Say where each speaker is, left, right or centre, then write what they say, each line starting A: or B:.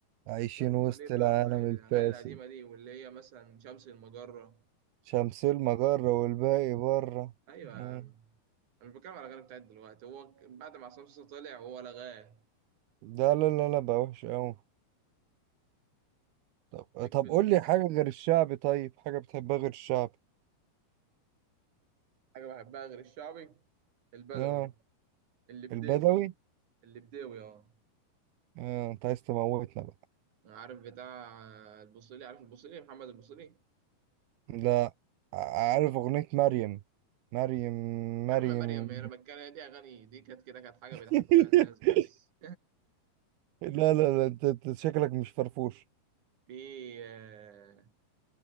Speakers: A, on the right; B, on the right.
A: عايشين
B: طيب امال
A: وسط
B: ايه بقى
A: العالم
B: ما الاغاني
A: الفاسد
B: القديمه دي واللي هي مثلا شمس المجره
A: شمس المجرة والباقي بره
B: ايوه
A: مم.
B: يا عم انا مش بتكلم على الاغاني بتاعت دلوقتي هو ك- بعد ما عصام صاصا طلع هو لغاه
A: ده لا لا لا بقى وحش قوي طب
B: ليك
A: طب
B: في ال-
A: قول لي حاجة غير الشعبي طيب حاجة بتحبها غير الشعب
B: حاجه بحبها غير الشعبي البدوي
A: اه
B: اللبداوي
A: البدوي
B: اللبداوي اه
A: اه انت عايز تموتنا بقى
B: عارف بتاع البوصيلي عارف البوصيلي محمد البوصيلي
A: لا ع- عارف اغنية مريم مريم
B: يا
A: مريم
B: عم مريم انا بتكلم دي اغاني دي كانت كده كانت حاجه
A: <laughs>
B: بيضحكوا بيها الناس بس
A: لا لا لا انت أنت شكلك مش فرفوش
B: <laughs> في آه،